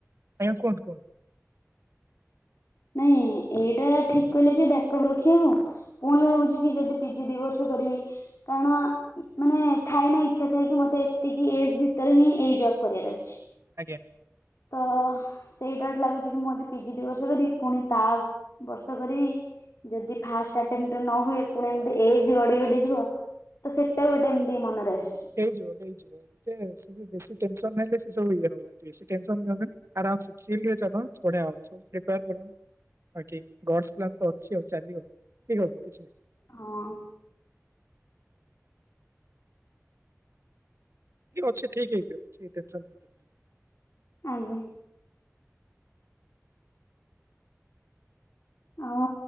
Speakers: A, on the right; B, on the left.
A: ଆଜ୍ଞା କୁହନ୍ତୁ।
B: ନାଇଁ ଏଇଟା ଠିକ୍ କହିଲେ ଯେ ବ୍ୟାକଅପ୍ ରଖିଆକୁ ପୁଣି ଭାବୁଚି କି ଯଦି ପିଜି ଦି ବର୍ଷ କରିବି କାରଣ ମାନେ ଥାଏ ନା ଇଚ୍ଛା ଥାଏ କି ମତେ ଏତିକି ଏଜ୍ ଭିତରେ ହିଁ ଏଇ ଜବ୍ କରିବାର ଅଛି।
A: ଆଜ୍ଞା।
B: ତ ସେଇ ଡ଼ାଉଟ୍ ଲାଗୁଚି କି ମୁଁ ଯଦି ପିଜି ଦି ବର୍ଷ କରିବି ପୁଣି ତା ବର୍ଷ କରିବି ଯଦି ଫାଷ୍ଟ ଆଟେମ୍ଟରେ ନ ହୁଏ ପୁଣି ଏମ୍ତି ଏଜ୍ ଗଡି-ଗଡି ଯିବ ତ ସେ ଟା ଗୋଟେ ଏମ୍ତି ମନରେ ଆସ୍ଛି।
A: ହେଇଯିବ-ହେଇଯିବ ଏ ସେ ବେଶୀ ଟେନସନ୍ ହେଲେ ସେ ସବୁ ଇଏ ହୁଏ। ବେଶୀ ଟେନ୍ସନ୍ ନିଅନ୍ତୁନି ଆରାମ୍ ଚିଲ୍ ରେ ଚାଲ ବଢ଼ିଆ ହବ। ବାକି ଗଡସ୍ ପ୍ଲାନ୍ ତ ଅଛି ଆଉ ଚାଲିବ, ଠିକ୍ ହବ କିଛି ନାହିଁ।
B: ହଁ।
A: କି ଅଛି ଠିକ୍ ହେଇଯିବ, କିଛି ଟେନ୍ସନ୍ <unintelligible>
B: ଆଜ୍ଞା। ଆଉ